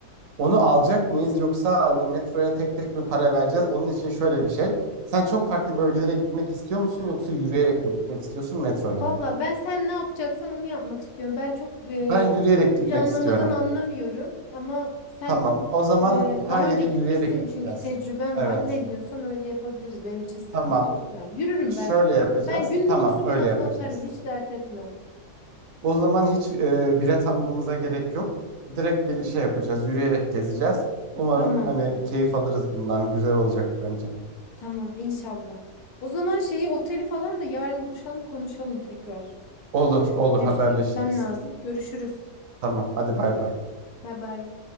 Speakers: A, on the right (about 60°); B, on the left (about 70°).
A: Onu alacak mıyız yoksa hani metroya tek tek mi para vereceğiz? Onun için şöyle bir şey. Sen çok farklı bölgelere gitmek istiyor musun yoksa yürüyerek mi gitmek istiyorsun metroyla
B: Valla
A: mı?
B: ben sen ne yapacaksan onu yapmak istiyorum. Ben çok e,
A: Ben yürüyerek gitmek
B: planlamadan
A: istiyorum.
B: anlamıyorum. Ama sen
A: Tamam. O zaman
B: e,
A: her
B: daha
A: yere
B: önce gitmişsin
A: yürüyerek gideceğiz.
B: çünkü tecrüben
A: Evet.
B: var. Ne diyorsan öyle yapabiliriz. Benim için sıkıntı
A: Tamam.
B: yok yani. Yürürüm
A: Şöyle
B: ben.
A: yapacağız.
B: Ben günde
A: Tamam,
B: otuz
A: öyle
B: bin adım
A: yapacağız.
B: atarım. Hiç dert etme.
A: O zaman hiç e, bilet almamıza gerek yok. Direkt bir şey yapacağız. Yürüyerek gezeceğiz. Umarım
B: Tamam.
A: hani keyif alırız bundan. Güzel olacak bence.
B: Tamam inşallah. O zaman şeyi oteli falan da yarın buluşalım konuşalım tekrar.
A: Olur, olur
B: Benim
A: haberleşiriz.
B: şimdi gitmem lazım. Görüşürüz.
A: Tamam. Hadi bay bay.
B: Bay bay.